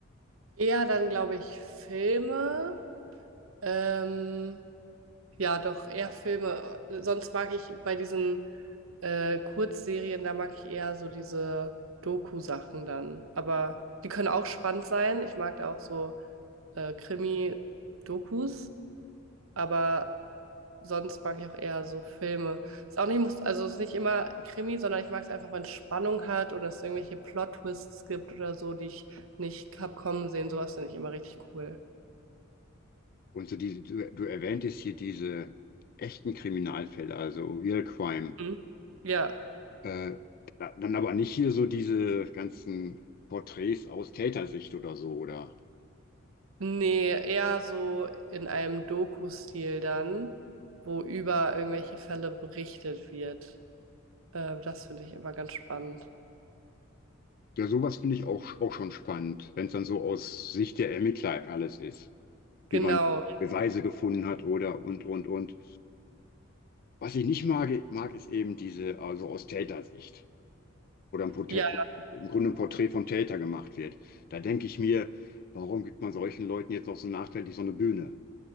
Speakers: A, on the right (about 80°); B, on the left (about 45°).
A: eher dann, glaube ich, Filme. Ähm, ja, doch, eher Filme. Sonst mag ich bei diesen äh, Kurzserien, da mag ich eher so diese Doku-Sachen dann. Aber die können auch spannend sein. Ich mag da auch so äh, Krimi-Dokus. Aber sonst mag ich auch eher so Filme. Ist auch nicht, muss, also ist nicht immer Krimi, sondern ich mag es einfach, wenn es Spannung hat oder es irgendwelche Plot-Twists gibt oder so, die ich nicht hab kommen sehen. Sowas finde ich immer richtig cool.
B: Und so diese, du, du erwähntest hier diese echten Kriminalfälle, also Real Crime.
A: Mhm. Ja,
B: Äh, da- dann aber nicht hier so diese ganzen Porträts aus Tätersicht oder so, oder?
A: nee, eher so in einem Doku-Stil dann, wo über irgendwelche Fälle berichtet wird. Äh, das finde ich immer ganz spannend.
B: Ja, sowas finde ich auch, auch schon spannend, wenn es dann so aus Sicht der Ermittler alles ist,
A: Genau.
B: wie man Beweise gefunden hat oder und, und, und. Was ich nicht mag, mag ist eben diese, also aus Tätersicht. oder ein Porträt,
A: Ja.
B: im Grunde ein Porträt vom Täter gemacht wird. Da denke ich mir, warum gibt man solchen Leuten jetzt noch so nachträglich so eine Bühne?